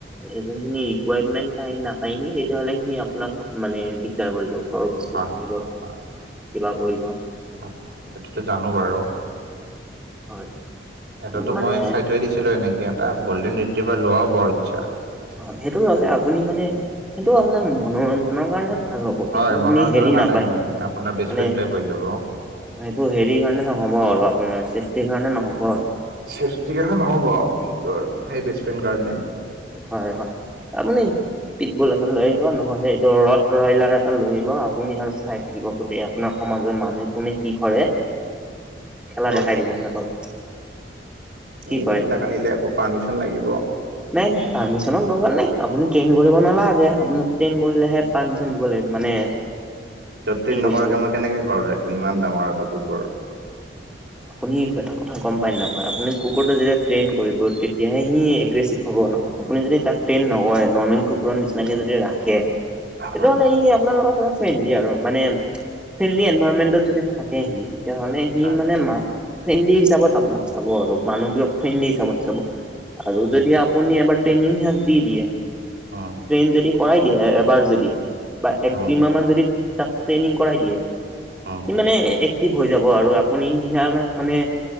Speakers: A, in the centre; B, on the right (about 65°).
A: এজনী ৰিকুৱাৰমেন্ট টাইম নাপায় সি। তেতিয়াহলে সি আপোনাক মানে দিগদাৰ কৰিব ঘৰ বস্তু
B: হয়
A: ভাঙিব
B: হয় হয়
A: কিবা কৰিব।
B: হয় এইটোতো জানো। বাৰু
A: হয়।
B: এটাটো
A: কিন্তু মানে
B: মই চাই থৈ দিছিলো এনেকে এটা গ'ল্ডেন ৰিট্ৰিভাৰ লোৱাও বৰ ইচ্ছা।
A: হয় সেইটো ললে আপুনি মানে সেইটো আপোনাৰ মনোৰঞ্জনৰ কাৰণে- ভাল হ'ব
B: হয়
A: কিন্তু আপুনি
B: মনোৰঞ্জনৰ
A: হেৰি
B: কাৰণে
A: নাপায়
B: মানে আপোনাৰ বেষ্ট
A: মানে।
B: ফ্ৰেণ্ড টাইপ হৈ যাব
A: সেইটো হেৰি কাৰণে নহব আৰু আপোনাৰ চেফটিৰ কাৰণে নহব। আৰু-
B: চেপটি জেগা নহ'ব আৰু কিন্তু আৰু সেই বেষ্ট ফ্ৰেণ্ড কাৰণে-
A: হয় হয় তাৰমানে। পিটবল এটা লৈ আহিব নহ'লে এইটো ৰদ ৰয়লাৰ এটা লৈ আহিব আপুনি আৰু চাই থাকিব। গোটেই আৰু আপোনাৰ সমাজৰ মানুহে কোনে কি কৰে খেলা
B: হয়
A: দেখাই দিব সিহঁতক- কি
B: এই
A: কয়
B: সেইবিলাক আনিলে আকৌ পাৰ্মিচন লাগিব।
A: নাই নাই পাৰ্মিচনৰ দৰকাৰ নাই আপুনি ট্ৰেইন কৰিব নালাগে আপুনি ট্ৰেইন কৰিলেহে পাৰ্মিচন দিব লাগিব মানে।
B: ত ট্ৰেইন
A: কি কৈছো
B: নকৰাকে মই কেনেকে ঘৰত ৰাখিম ইমান ডাঙৰ এটা কুকৰ-
A: আপুনি এটা কথা গম পায়নে নাপায় আপুনি কুকৰটো যেতিয়া ট্ৰেইন কৰিব তেতিয়াহে সি এগ্ৰেছিভ হ'ব ন আপুনি যদি তাক ট্ৰেইন নকৰে নৰ্মেল কুকুৰৰ নিচিনাকে যদি ৰাখে। সেইটো
B: হয়
A: হ'লে সি আপোনালোকৰ ঘৰত ফ্ৰেণ্ডলি আৰু মানে ফ্ৰেণ্ডলি এনভাইৰনমেন্টত যদি থাকে সি তেতিয়াহ'লে সি
B: হয়
A: মানে। <unintelligible> ফ্ৰেণ্ডলি হিচাপত আপোনাক চাব আৰু মানুহবোৰক ফ্ৰেণ্ডলি হিচাপত চাব আৰু
B: হয়।
A: যদি আপুনি এবাৰ ট্ৰেইনিং সিসতি দিয়ে।
B: অ
A: ট্ৰেইন যদি কৰাই দিয়ে। এবাৰ যদি বা এক
B: উম,
A: দুইমাহমান যদি তাক ট্ৰেইনিং কৰাই দিয়ে।
B: উম,
A: সি মানে এক্টিভ হৈ যাব আৰু আপুনি সি মানে,